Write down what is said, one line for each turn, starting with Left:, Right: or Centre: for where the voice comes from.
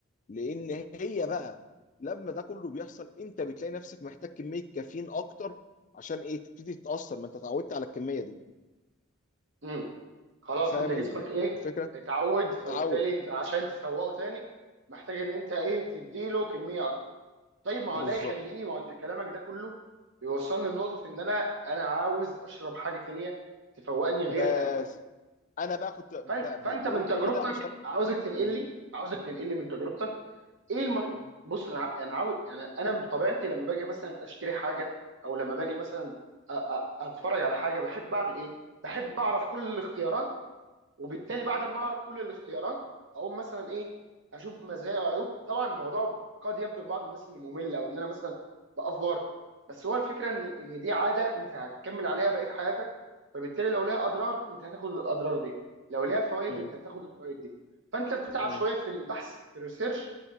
Left: لان هي بقى لما ده كله بيحصل انت بتلاقي نفسك محتاج كميه كافيين اكتر عشان ايه تبتدي تتاثر ما انت اتعودت على الكميه دي
Right: امم خلاص
Left: فاهم
Right: انت جسمك
Left: ال-
Right: ايه
Left: الفكره
Right: اتعود فبالتالي
Left: اتعود
Right: انت عشان تفوقه تاني محتاج ان انت ايه تديله كميه اكبر طيب ما هو
Left: بالظبط
Right: ده يخليني ما هو انت كلامك ده كله بيوصلني لنقطه ان انا انا عاوز اشرب حاجه تانيه تفوقني غير
Left: بس
Right: القهوه
Left: انا بقى كنت ب-
Right: فانت فانت
Left: ب- بقول
Right: من
Left: كل
Right: تجربتك
Left: ده عشان
Right: عاوزك تنقل
Left: م-
Right: لي عاوزك تنقل لي من تجربتك ايه الم...
Left: م-
Right: بص انا ع- انا عاوز يعني انا بطبيعتي لما باجي مثلا اشتري حاجه او لما باجي مثلا أ... أ... اتفرج على حاجه بحب اعمل ايه؟ بحب اعرف كل الاختيارات وبالتالي بعد ما اعرف كل الاختيارات اقوم مثلا ايه اشوف مزايا وعيوب طبعا الموضوع قد يبدو لبعض الناس انه ممل او ان انا مثلا بافور بس هو الفكره ان ان دي عاده انت هتكمل عليها بقيه حياتك فبالتالي لو ليها اضرار انت هتاخد الاضرار دي لو ليها فوائد
Left: م-
Right: انت هتاخد الفوائد دي فانت بتتعب
Left: م-
Right: شويه في البحث في الريسيرش